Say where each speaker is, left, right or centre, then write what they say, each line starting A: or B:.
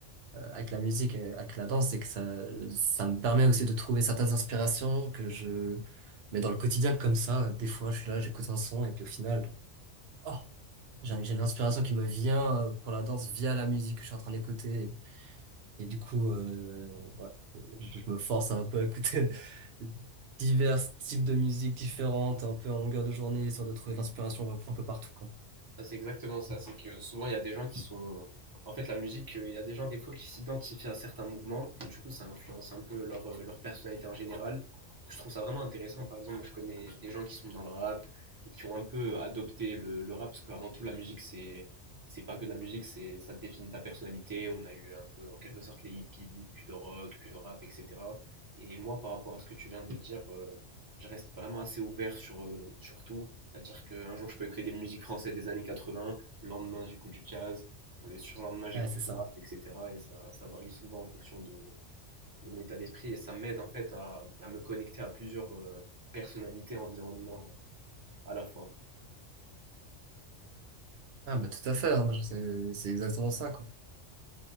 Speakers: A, on the right; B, on the right.
A: euh, avec la musique et avec la danse, c'est que ça, ça me permet aussi de trouver certaines inspirations que je mets dans le quotidien comme ça. Des fois, je suis là, j'écoute un son, et puis au final, oh, j'ai j'ai une inspiration qui me vient euh, pour la danse via la musique que je suis en train d'écouter. Et du coup, euh, ouais, je je me force un peu à écouter <laughs> divers types de musique différentes, un peu en longueur de journée, histoire de trouver de l'inspiration un peu partout, quoi.
B: Ah, C'est exactement ça. C'est que souvent, il y a des gens qui sont. En fait, la musique, euh, il y a des gens, des fois, qui s'identifient à certains mouvements. Et du coup, ça influence un peu leur, euh, leur personnalité en général. Je trouve ça vraiment intéressant. Par exemple, moi, je connais des gens qui sont dans le rap et qui ont un peu euh, adopté le, le rap. Parce qu'avant tout, la musique, c'est. C'est pas que de la musique, c'est ça définit ta personnalité. On a eu un peu, en quelque sorte, les hippies, puis le rock, puis le rap, etc. Et moi, par rapport à ce que tu viens de dire. euh, je reste vraiment assez ouvert sur, euh, sur tout. C'est-à-dire qu'un jour, je peux écouter des musiques françaises des années 80, le lendemain, j'écoute du jazz, le surlendemain, j'écoute
A: Ouais, c'est
B: du
A: ça.
B: rap, etc. Et ça, ça varie souvent en fonction de, de mon état d'esprit. Et ça m'aide en fait à, à me connecter à plusieurs euh, personnalités, environnements à la fois.
A: Ah, bah, tout à fait, hein, moi, je- c'est c'est exactement ça, quoi.